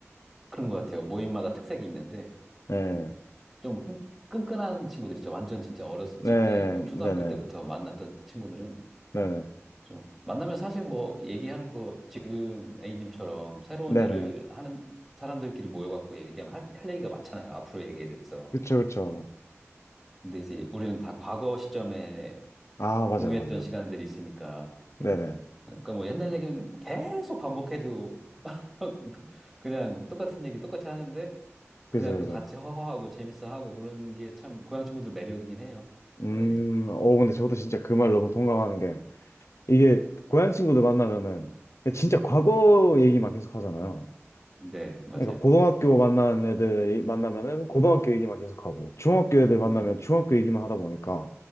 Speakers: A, in the centre; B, on the left.
A: 그런 것 같아요. 모임마다 특색이 있는데
B: 네.
A: 좀 끈- 끈끈한 친구들 있죠. 완전 진짜 어렸을
B: 네,
A: 때 뭐
B: 네네.
A: 초등학교 때부터 만났던 친구들은
B: 네네.
A: 좀 만나면 사실 뭐 얘기하는 거 지금 A님처럼 새로운
B: 네네.
A: 일을 하는 사람들끼리 모여갖고 얘기하면 할, 할 얘기가 많잖아요. 앞으로 얘기에 대해서.
B: 그쵸, 그쵸.
A: 근데 이제 우리는 다 과거 시점에
B: 아, 맞아요,
A: 공유했던
B: 맞아요.
A: 시간들이 있으니까.
B: 네네.
A: 그러니까 뭐 옛날 얘기는 계속 반복해도 <laughs> 그냥 똑같은 얘기 똑같이 하는데 그냥
B: 그죠, 그죠.
A: 또 같이 허허하고 재밌어 하고 그런 게 참 고향 친구들 매력이긴 해요.
B: 음,
A: 네,
B: 어, 근데 저도 진짜 그 말 너무 동감하는 게, 이게, 고향 친구들 만나면은, 진짜 과거 얘기만 계속 하잖아요.
A: 네, 맞아요.
B: 그러니까, 고등학교 만난 애들 얘- 만나면은, 고등학교 얘기만 계속 하고, 중학교 애들 만나면
A: 네,
B: 중학교 얘기만 하다 보니까,